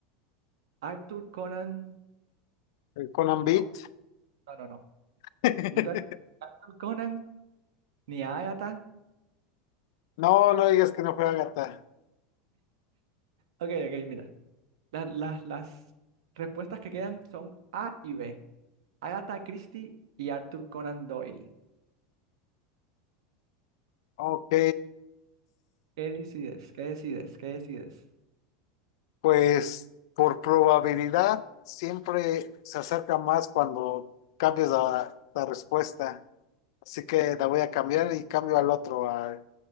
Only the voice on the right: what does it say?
Arthur Conan.
No,
no, no, no.
No te voy a quitar a Arthur Conan ni a Agatha.
Ok, ok, mira. Las, las, las respuestas que quedan son A y B. Agatha Christie y Arthur Conan Doyle.
¿Qué decides? ¿Qué decides? ¿Qué decides?